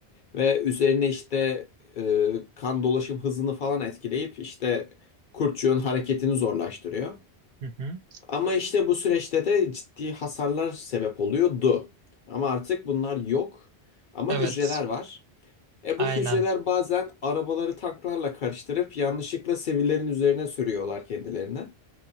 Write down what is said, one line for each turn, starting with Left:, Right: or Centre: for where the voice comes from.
Left: Ve üzerine işte e, kan dolaşım hızını falan etkileyip işte kurtçuğun hareketini zorlaştırıyor.
Right: hı hı.
Left: Ama işte bu süreçte de ciddi hasarlar sebep oluyordu. Ama artık bunlar yok. Ama
Right: Evet,
Left: hücreler var. E
Right: aynen.
Left: bu hücreler bazen arabaları tanklarla karıştırıp yanlışlıkla sivillerin üzerine sürüyorlar kendilerine.